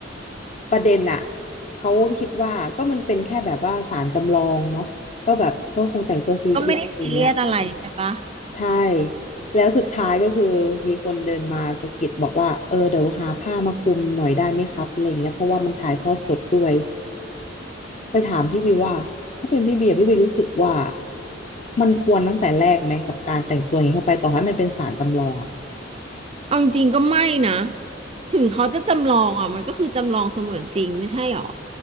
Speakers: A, on the left; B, on the right.
A: ประเด็นอ่ะเขาก็คิดว่าก็มันเป็นแค่แบบว่าศาลจำลองเนาะก็แบบก็คงแต่งตัวชิวๆอย่างเงี้ย
B: ก็ไม่ได้ซีเรียสอะไรใช่ปะ
A: ใช่แล้วสุดท้ายก็คือมีคนเดินมาสะกิดบอกว่าเออเดี๋ยวหาผ้ามาคลุมหน่อยได้ไหมครับอะไรเงี้ยเพราะว่ามันถ่ายทอดสดด้วยจะถามพี่บีว่าถ้าเป็นพี่บีอะพี่บีรู้สึกว่ามันควรตั้งแต่แรกไหมกับการแต่งตัวอย่างนี้เข้าไปต่อให้มันเป็นศาลจำลองอ่ะ
B: เอาจริงๆก็ไม่นะถึงเขาจะจำลองอ่ะมันก็คือจำลองเสมือนจริงไม่ใช่หรอ